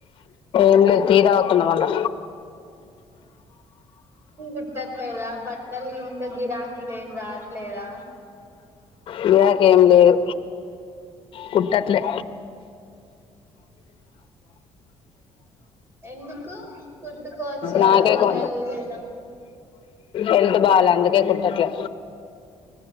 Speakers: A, on the left; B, on the right.
A: ఎంలే టీ తాగుత్తనం మల్లా
B: కుుట్టట్లేదా బట్టలు ఇంకా గిరాకీలు ఏంలే రావట్లేదా
A: గిరాకీ ఏమి లేదు కుట్టట్లే
B: ఎందుకు కుట్టుకోవచ్చు
A: నాకే
B: కదా పిల్లలు
A: కొ
B: లేనప్పుడు
A: హెల్త్ బాగాాలి అందుకే కుట్టట్లే